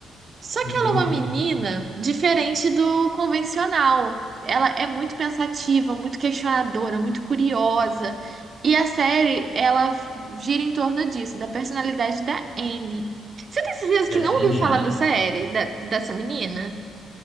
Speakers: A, on the right; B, on the left.
A: Só
B: entendi.
A: que ela é uma menina diferente do convencional. Ela é muito pensativa, muito questionadora, muito curiosa. E a série, ela gira em torno disso, da personalidade da Anne. Você tem certeza
B: Dessa
A: que não
B: menina.
A: ouviu falar da série, da- dessa menina?